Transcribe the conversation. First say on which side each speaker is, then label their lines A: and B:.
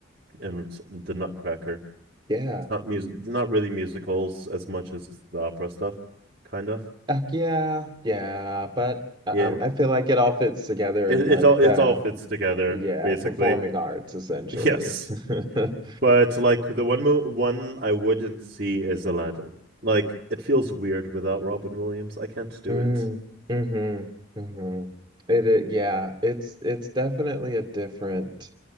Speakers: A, on the right (about 45°); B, on the right (about 20°).
A: and it's the Nutcracker.
B: Yeah.
A: It's not music not really musicals as much as it's the opera stuff, kind of.
B: Uh, yeah, yeah, but uh,
A: Yeah.
B: um, I feel like it all fits together
A: It
B: in like
A: it all it
B: the
A: all fits together,
B: yeah,
A: basically.
B: performing arts essentially.
A: <laughs> Yes.
B: <laughs>
A: But like the one mo one I wouldn't see is Aladdin. Like it feels weird without Robin Williams. I can't do
B: Mm,
A: it.
B: mm-hmm, mm-hmm. It, it, yeah, it's it's definitely a different